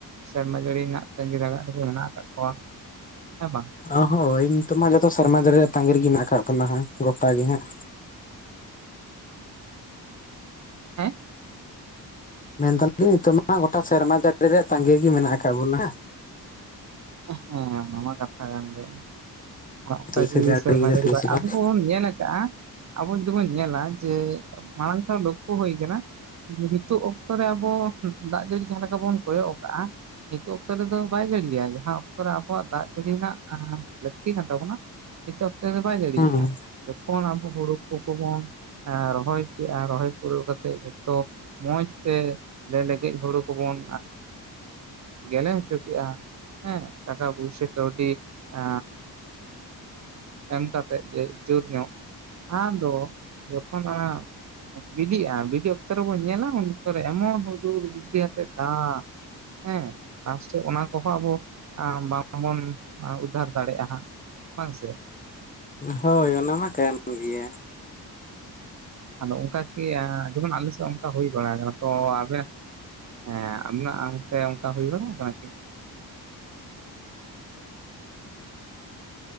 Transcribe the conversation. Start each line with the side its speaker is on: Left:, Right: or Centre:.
Right: ᱥᱮᱨᱢᱟ ᱡᱟᱹᱲᱤ ᱨᱮᱱᱟᱜ ᱛᱟᱸᱜᱤ ᱛᱟᱬᱟᱜ ᱨᱮᱜᱮ ᱢᱮᱱᱟᱜ ᱟᱠᱟᱫ ᱠᱚᱣᱟ᱾ ᱦᱮᱸ ᱵᱟᱝ᱾
Left: ᱚ ᱦᱳᱭ ᱱᱤᱛᱚᱜ ᱢᱟ ᱡᱚᱛᱚ ᱥᱮᱨᱢᱟ ᱦᱟ. ᱲᱤᱭᱟᱼᱜ ᱛᱟᱸᱜᱤ ᱨᱮ ᱜᱮ ᱢᱮᱱᱟᱜ ᱟᱠᱟᱫ ᱵᱚᱱᱟ ᱦᱟᱜ ᱜᱚᱴᱟ ᱜᱮ ᱦᱟᱸᱜ
Right: ᱦᱮᱸ᱾
Left: ᱢᱮᱱ ᱮᱫᱟ ᱞᱤᱧ ᱱᱤᱛᱚᱜ ᱢᱟ ᱜᱚᱴᱟ ᱥᱮᱨᱢᱟ ᱡᱟᱹᱲᱤ ᱨᱮᱭᱟᱜ ᱛᱟᱸᱜᱤ ᱜᱮ ᱢᱮᱱᱟᱜ ᱟᱠᱟᱫ ᱵᱚᱱᱟ᱾
Right: ᱦᱮᱸ ᱚᱱᱟ ᱢᱟ ᱠᱟᱛᱷᱟ ᱠᱟᱱ ᱜᱮᱭᱟ᱾ ᱚᱱᱠᱟ
Left: ᱛᱤᱥᱮ
Right: ᱡᱤᱣᱤ
Left: ᱡᱟᱹᱲᱤᱭᱮᱫᱟ
Right: ᱥᱮᱨᱢᱟ ᱡᱟᱹᱲᱤ
Left: ᱛᱤᱥ ᱵᱟᱝ
Right: ᱟᱵᱚ ᱦᱚᱸᱵᱚᱱ ᱧᱮᱞ ᱟᱠᱟᱜᱼᱟ ᱟᱵᱚ ᱡᱩᱫᱤ ᱵᱚᱱ ᱧᱮᱞᱟ ᱡᱮ ᱢᱟᱲᱟᱝ ᱥᱟᱶ ᱞᱚᱠᱷᱚ ᱦᱩᱭ ᱟᱠᱟᱱᱟ ᱡᱮ ᱱᱤᱛᱚᱜ ᱚᱠᱛᱚ ᱨᱮ ᱟᱵᱚ, ᱫᱟᱜ ᱡᱟᱹᱲᱤ ᱡᱟᱦᱟᱸ ᱞᱮᱠᱟ ᱵᱚᱱ ᱠᱚᱭᱚᱜ ᱠᱟᱜᱼᱟ ᱱᱤᱛᱚᱜ ᱚᱠᱛᱚ ᱨᱮᱫᱚ ᱵᱟᱭ ᱡᱟᱹᱲᱤᱭᱟ ᱡᱟᱦᱟᱸ ᱚᱠᱛᱚ ᱨᱮ ᱟᱵᱚᱣᱟᱜ ᱫᱟᱜ ᱡᱟᱹᱲᱤ ᱨᱮᱱᱟᱜ ᱞᱟᱹᱠᱛᱤ ᱠᱟᱱ ᱛᱟᱵᱚᱱᱟ ᱱᱤᱛᱚᱜ ᱚᱠᱛᱮ ᱫᱚ ᱵᱟᱭ ᱡᱟᱲᱤᱭᱟᱜᱼᱟ,
Left: ᱦᱩᱸ
Right: ᱡᱚᱠᱷᱚᱱ ᱟᱵᱚ ᱦᱩᱲᱩ ᱠᱚ ᱠᱚᱵᱚᱱ ᱨᱚᱦᱚᱭ ᱠᱮᱫᱼᱟ ᱨᱚᱦᱚᱭ ᱯᱩᱨᱟᱹᱣ ᱠᱟᱛᱮᱫ ᱡᱚᱛᱚ ᱢᱚᱸᱡ ᱛᱮ ᱞᱟᱹᱭ ᱞᱮᱜᱮᱡ ᱦᱩᱲᱩ ᱠᱚᱵᱚᱱ ᱜᱮᱞᱮ ᱦᱚᱪᱚ ᱠᱮᱜᱼᱟ ᱦᱮᱸ ᱴᱟᱠᱟ ᱯᱩᱭᱥᱟᱹ ᱠᱟᱹᱣᱰᱤ ᱮ ᱮᱢ ᱠᱟᱛᱮᱫ ᱜᱮ ᱡᱩᱨ ᱧᱚᱜ, ᱟᱢᱫᱚ ᱡᱚᱠᱷᱚᱱ ᱟᱜ ᱵᱤᱞᱤᱜᱼᱟ ᱵᱤᱞᱤᱜ ᱚᱠᱛᱚ ᱨᱮᱵᱚᱱ ᱧᱮᱞᱟ ᱩᱱ ᱚᱠᱛᱚ ᱨᱮ ᱮᱢᱚᱱ ᱦᱩᱰᱩᱨ ᱵᱤᱡᱽᱞᱤ ᱟᱛᱮᱫ ᱫᱟᱜ ᱦᱮᱸ ᱯᱟᱥᱮ ᱚᱱᱟ ᱠᱚᱦᱚᱸ ᱟᱵᱚ ᱵᱟᱝᱵᱚᱱ ᱩᱫᱽᱟᱹᱨ ᱫᱟᱲᱮᱭᱟᱜᱼᱟ ᱦᱟᱸᱜ ᱵᱟᱝ ᱥᱮ᱾
Left: ᱦᱳᱭ ᱚᱱᱟᱢᱟ ᱠᱟᱱ ᱜᱮᱭᱟ᱾
Right: ᱟᱫᱚ ᱚᱱᱠᱟ ᱠᱤ ᱡᱮᱢᱚᱱ ᱟᱞᱮ ᱥᱮᱫ ᱚᱱᱠᱟ ᱦᱩᱭ ᱵᱟᱲᱟ ᱟᱠᱟᱱᱟ ᱛᱚ ᱟᱵᱮ ᱦᱮᱸ ᱟᱵᱤᱱᱟᱜ ᱚᱱᱛᱮ ᱚᱱᱠᱟ ᱦᱩᱭ ᱵᱟᱲᱟ ᱟᱠᱟᱱᱟ ᱠᱤ